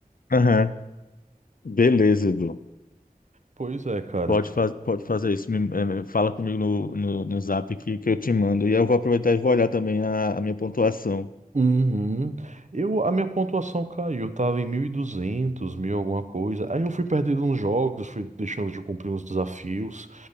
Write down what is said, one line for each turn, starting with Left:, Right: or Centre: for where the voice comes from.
Left: Aham. Beleza, Edu.
Right: Pois é, cara.
Left: Pode, faz, pode fazer isso. Me- eh, me- fala comigo no, no, no zap que, que eu te mando. E eu vou aproveitar e vou olhar também a, a minha pontuação.
Right: Uhum. Eu, a minha pontuação caiu, eu tava em 1.200 mil alguma coisa. Aí eu fui perdendo uns jogos, fui deixando de cumprir uns desafios.